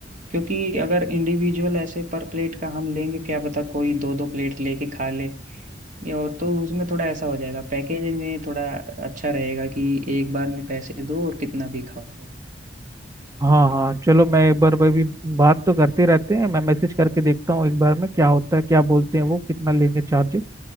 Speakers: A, on the right; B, on the right.
A: क्योंकि अगर इंडिविजुअल ऐसे पर प्लेट का हम लेंगे क्या पता कोई दो दो प्लेट लेके खा ले या और तो उसमें थोड़ा ऐसा हो जाएगा पैकेज में थोड़ा अच्छा रहेगा कि एक बार में पैसे दो और कितना भी खाओ
B: हाँ हाँ चलो मैं एक बार भाई भी बात तो करते रहते हैं मैं मैसेज करके देखता हूँ एक बार में क्या होता है क्या बोलते हैं वो कितना लेंगे चार्जेस